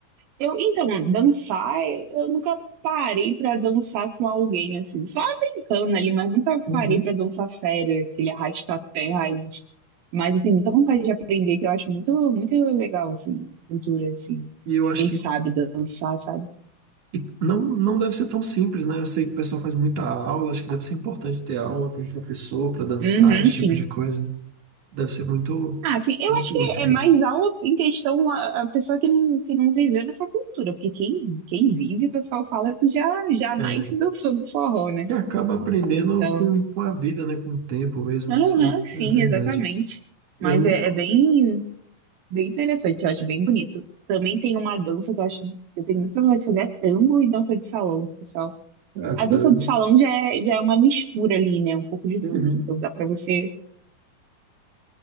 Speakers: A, on the right; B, on the right.
A: Eu, então, dançar, eu nunca parei pra dançar com alguém, assim. Só brincando ali, mas nunca
B: Uhum.
A: parei pra dançar sério, aquele arrasta-pé raiz. Mas eu tenho muita vontade de aprender, que eu acho muito, muito legal, assim, a cultura, assim,
B: E eu
A: de
B: acho
A: quem
B: que
A: sabe dançar, sabe?
B: E não, não deve ser tão simples, né? Eu sei que o pessoal faz muita aula, acho que deve ser importante ter aula com o professor para dançar,
A: Uhum,
B: esse tipo
A: sim.
B: de coisa. Deve ser muito,
A: Ah, sim, eu
B: muito
A: acho que
B: útil
A: é mais
B: mesmo.
A: aula em questão a, a pessoa que não, que não viveu nessa cultura, porque quem, quem vive, o pessoal fala que já, já
B: É.
A: nasce dançando forró, né?
B: E acaba aprendendo
A: Então,
B: com, com a vida, né? Com o tempo mesmo.
A: aham,
B: Isso é,
A: sim,
B: é verdade.
A: exatamente.
B: Eu
A: Mas
B: não.
A: é, é bem, bem interessante, eu acho bem bonito. Também tem uma dança que eu acho que eu tenho muita vontade de fazer, é tango e dança de salão, pessoal.
B: Ah,
A: A dança
B: caramba.
A: de salão já é, já é uma mistura ali, né? Um pouco de
B: Uhum.
A: tudo. Então dá pra você